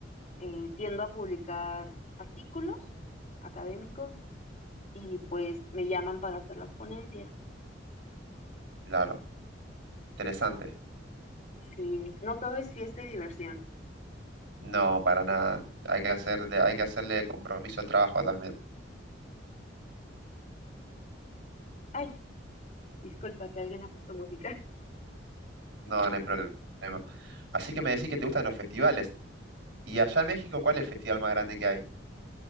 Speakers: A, on the left; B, on the right.
A: Eh, tiendo a publicar artículos académicos y pues me llaman para hacer las ponencias.
B: Claro, interesante.
A: Sí, no todo es fiesta y diversión.
B: No, para nada. Hay que hacerle, hay que hacerle compromiso al trabajo también.
A: Ay, disculpa que alguien ha puesto música.
B: No, no hay problema. Así que me decís que te gustan los festivales. ¿Y allá en México cuál es el festival más grande que hay?